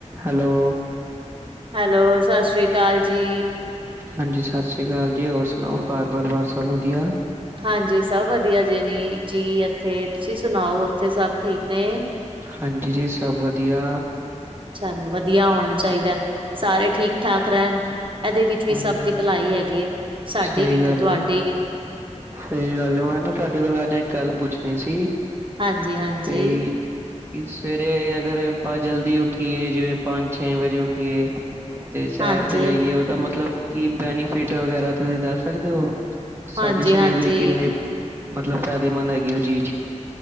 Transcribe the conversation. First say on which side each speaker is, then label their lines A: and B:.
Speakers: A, on the right; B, on the right.
A: Hello.
B: Hello, ਸਤਿ ਸ਼੍ਰੀ ਅਕਾਲ ਜੀ।
A: ਹਾਂਜੀ ਸਤਿ ਸ਼੍ਰੀ ਅਕਾਲ ਜੀ, ਹੋਰ ਸੁਣਾਓ? ਘਰ-ਪਰਿਵਾਰ ਸਭ ਵਧੀਆ?
B: ਹਾਂਜੀ, ਸਭ ਵਧੀਆ ਜੇ ਨੀ ਜੀ ਇੱਥੇ, ਤੁਸੀਂ ਸੁਣਾਓ, ਉੱਥੇ ਸਭ ਠੀਕ ਨੇ?
A: ਹਾਂਜੀ ਜੀ, ਸਭ ਵਧੀਆ।
B: ਚਲੋ ਵਧੀਆ ਹੋਣਾ ਚਾਹੀਦਾ, ਸਾਰੇ ਠੀਕ-ਠਾਕ ਰਹਿਣ। ਐਦੇ ਵਿੱਚ ਵੀ
A: ਹਾਂਜੀ
B: ਸਭ ਦੀ ਭਲਾਈ ਹੈਗੀ ਏ, ਸਾਡੀ
A: ਸਹੀ
B: ਵੀ
A: ਗੱਲ
B: ਤੇ ਤੁਹਾਡੀੇ
A: ਏ
B: ਵੀ।
A: ਸਹੀ ਗੱਲ ਏ, ''ਮੈਂ ਨਾ ਤੁਹਾਡੇ ਕੋਲ ਅੱਜ ਇੱਕ ਗੱਲ ਪੁੱਛਣੀ ਸੀ,
B: ਹਾਂਜੀ-ਹਾਂਜੀ,
A: ਕਿਈ ਕਿ ਸਵੇਰੇ ਅਗਰ ਆਪਾਂ ਜਲਦੀ ਉੱਠੀਏ, ਜਿਵੇਂ ਪੰਜ-ਛੇ ਵਜੇ ਉੱਠੀਏ ਤੇ ਸ਼ੈਰ
B: ਹਾਂਜੀ,
A: ਤੇ ਜਾਈਏ, ਉਹਦਾ ਮਤਲਬ ਕੀ ਬੈਨੀਫਿਟ ਵਗੈਰਾ ਤੁਸੀ ਦੱਸ ਸਕਦੇ ਹੋ? ਸਾਡੇ
B: ਹਾਂਜੀ-ਹਾਂਜੀ,
A: ਸਰੀਰ ਲਈ ਕਿੰਨੇ, ਮਤਲਬ ਫਾਇਦੇਮੰਦ ਹੈਗੀ ਉਹ ਚੀਜ਼।